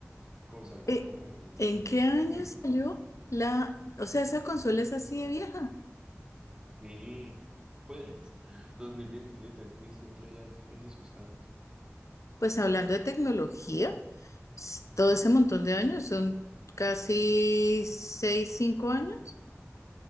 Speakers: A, on the right (about 15°); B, on the left (about 75°).
A: consagrar
B: Eh,
A: como una
B: ¿En
A: muy...
B: qué año
A: Dime.
B: salió la, o sea, esa consola es así de vieja?
A: Sí, pues <laughs> 2017 sí, siempre ya tiene sus años.
B: Pues hablando de tecnología. s- todo ese montón de años, son casi seis, cinco años,